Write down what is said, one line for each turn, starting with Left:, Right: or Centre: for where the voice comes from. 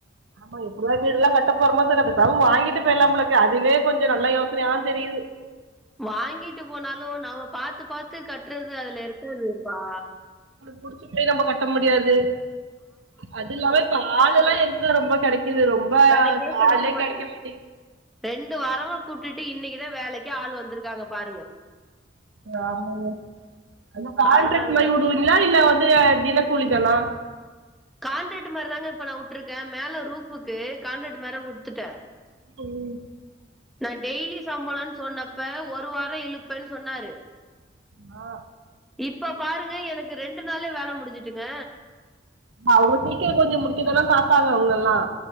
Right: ஆமா எப்பிடிதா வீடு எல்லா கட்ட போறமோ தெர்ல பேசாம வாங்கிட்டு போயிர்லாம் போலருக்கு அதுவே கொஞ்சோ நல்ல யோசனையாதா தெரியிது.
Centre: வாங்கிட்டு போனாலு நாம பாத்து பாத்து கட்றது அதுல இருக்காதுப்பா.
Right: புடிச்சிட்டு நம்ப கட்ட முடியாது அது இல்லாம இப்ப ஆளுல்லா எ ங்க ரொம்போ கெடைக்குது ரொம்பக்
Centre: கடைக்கே
Right: ஆளே
Centre: மாட்
Right: கெடைக்க மாட்டிகிது.
Centre: ரெண்டு வாரமா கூப்டுட்டு இன்னிக்குதா வேலைக்கே ஆள் வந்துருக்காங்க பாருங்க.
Right: ஆஹ ஆமாங்க அதா கான்ட்ராக்ட்
Centre: அதனாலதா
Right: மாரி ஊடு வி ட்டிங்ளா இல்ல வந்து தினக்கூலி தானா
Centre: கான்ட்ராட்டு மாரிதாங்க இப்ப நா உட்ருக்கே மேல ரூஃபுக்கு கான்ட்ராட்டு மாரே குடுத்துட்டே.
Right: ம்.
Centre: நா டெய்லி சம்பளன் சொன்னப்ப ஒரு வாரோ இழுப்பேன் சொன்னாரு.
Right: நா
Centre: இப்ப பாருங்க எனக்கு ரெண்டு நாள்லே வேல முடிஞ்சுட்டுங்க.
Right: ம்மா அவுளுவு சீக்கிர கொஞ்சோ முடிக்கதான பாப்பாங்க அவுங்கல்லா